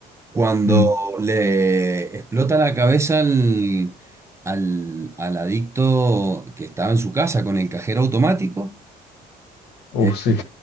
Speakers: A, on the right (about 15°); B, on the left (about 80°).
A: Cuando
B: Mm.
A: le explota la cabeza al, al, al adicto que estaba en su casa con el cajero automático,
B: Uh,
A: eh,
B: sí,